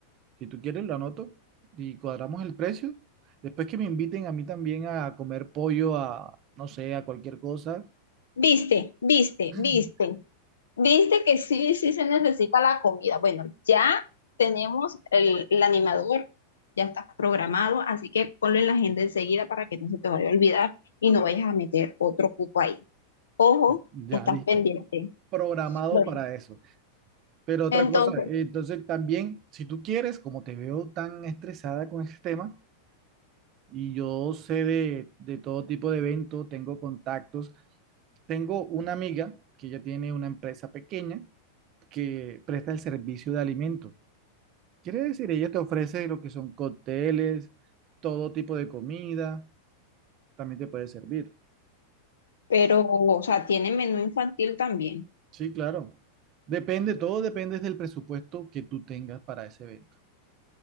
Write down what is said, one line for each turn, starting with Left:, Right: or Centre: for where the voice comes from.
Right: si tú quieres lo anoto y cuadramos el precio. Después que me inviten a mí también a comer pollo, a no sé, a cualquier cosa,
Left: Viste, viste,
Right: <clears throat>
Left: viste. Viste que sí, sí se necesita la comida. Bueno, ya tenemos el, el animador, ya está programado, así que ponlo en la agenda enseguida para que no se te vaya a olvidar y no vayas a meter otro cupo ahí. Ojo,
Right: <laughs> pues ya
Left: estás
Right: listo.
Left: pendiente.
Right: Programado
Left: Bueno,
Right: para eso. Pero otra
Left: entonces,
Right: cosa, eh, entonces también, si tú quieres, como te veo tan estresada con ese tema y yo sé de, de todo tipo de eventos, tengo contactos. Tengo una amiga que ya tiene una empresa pequeña que presta el servicio de alimentos. Quiere decir, ella te ofrece lo que son cócteles, todo tipo de comida, también te puede servir.
Left: Pero, o sea, tiene menú infantil también.
Right: Sí, claro. Depende, todo depende del presupuesto que tú tengas para ese evento.